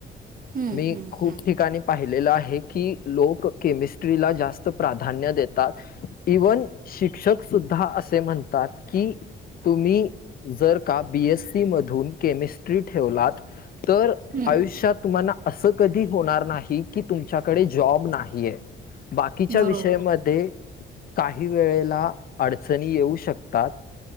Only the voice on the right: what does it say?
हम्म
हम्म
हम्म
हम्म
बरोबर